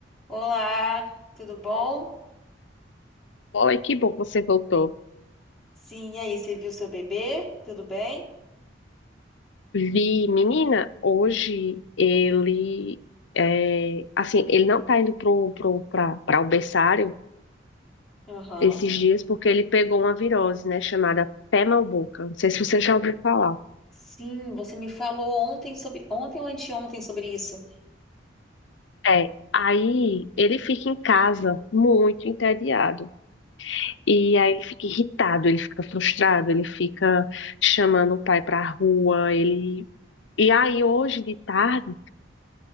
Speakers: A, in the centre; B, on the left (about 70°).
A: Olá, tudo bom?
B: Oi, que bom que você voltou.
A: Sim, e aí, você viu seu bebê? Tudo bem?
B: Vi, menina, hoje ele, é, assim, ele não tá indo pro, pro, pra, pra o berçário
A: Aham.
B: esses dias porque ele pegou uma virose, né, chamada pé mal boca. Não sei se você já ouviu falar.
A: Sim, você me falou ontem sobre, ontem ou anteontem sobre isso.
B: É, aí ele fica em casa muito entediado. E aí ele fica irritado, ele fica frustrado, ele fica chamando o pai pra rua, ele... E aí hoje de tarde